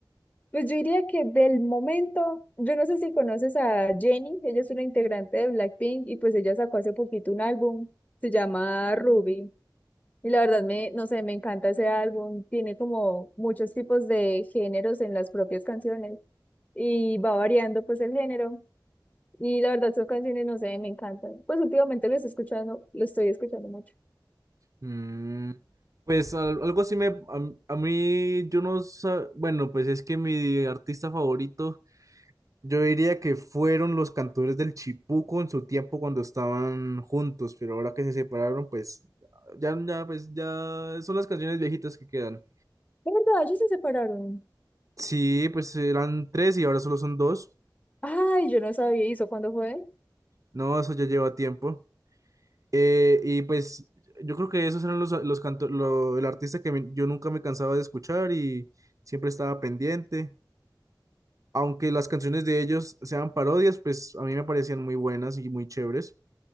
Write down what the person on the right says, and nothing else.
Mm, pues al- algo así me, a, a mí yo no sa- bueno, pues es que mi artista favorito Yo diría que fueron los cantores del Chipuco en su tiempo cuando estaban juntos, pero ahora que se separaron, pues ya, ya, pues ya son las canciones viejitas que quedan.
Sí, pues eran tres y ahora solo son dos.
No, eso ya lleva tiempo. Eh, y pues yo creo que esos eran los, los canto- lo- el artista que me- yo nunca me cansaba de escuchar y siempre estaba pendiente. Aunque las canciones de ellos sean parodias, pues a mí me parecían muy buenas y muy chéveres.